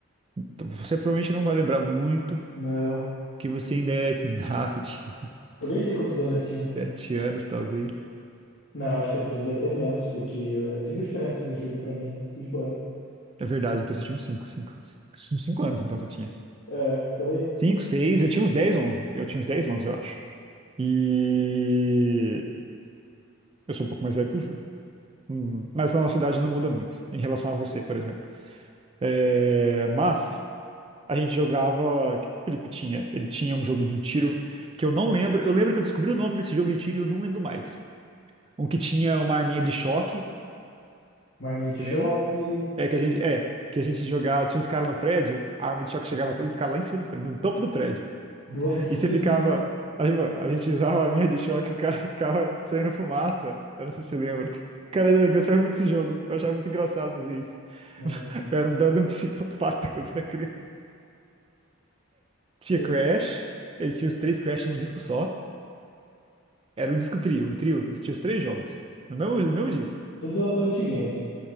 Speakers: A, on the right (about 25°); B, on the left (about 55°).
A: Então, você provavelmente não vai lembrar muito,
B: Não.
A: porque você ainda é <laughs> de raça, tinha
B: Eu nem sei quantos anos
A: <laughs>
B: eu tinha.
A: 7 anos, talvez.
B: Não, eu acho que eu devia ter menos, porque é cinco diferença do Júlio pra mim, né? Cinco anos.
A: É verdade, então você tinha uns cinco, cinco, 5, 5 anos, então você tinha.
B: É, por aí.
A: 5, 6, eu tinha uns 10, 11. Eu tinha uns 10 11, eu acho. E eu sou um pouco mais velho que o Júlio. Hum, Mas na nossa idade não muda muito, em relação a você, por exemplo. É, Mas. A gente jogava. O que que o Felipe tinha? Ele tinha um jogo de tiro que eu não lembro. Eu lembro que eu descobri o nome desse jogo de tiro e eu não lembro mais. Um que tinha uma arminha de choque,
B: Marminha de choque,
A: você lembra? É que a gente. É. Que a gente jogava, tinha uns caras no prédio, a arma de choque chegava até os caras lá em cima do prédio, no topo do prédio.
B: duas <laughs>
A: E você
B: específicas.
A: ficava. A gente a gente usava a arminha de choque e o cara <laughs> ficava saindo fumaça. Eu não sei se você lembra. Cara, eu gostava muito desse jogo. Eu achava muito engraçado fazer isso.
B: Não,
A: <laughs>
B: não.
A: Eu era um belo de um psicopata <laughs> quando era criança. Tinha
B: Eu
A: Crash,
B: não-
A: ele tinha os três Crash num disco só. Era o disco Trio, um trio, tinha os três jogos. No mesmo, no mesmo disco.
B: Tudo da Plant Games.